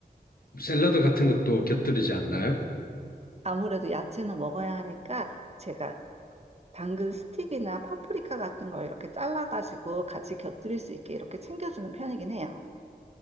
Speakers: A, on the left (about 65°); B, on the right (about 40°).
A: 샐러드 같은 것도 곁들이지 않나요?
B: 아무래도 야채는 먹어야 하니까 제가 당근 스틱이나 파프리카 같은 걸 이렇게 잘라가지고 같이 곁들일 수 있게 이렇게 챙겨주는 편이긴 해요.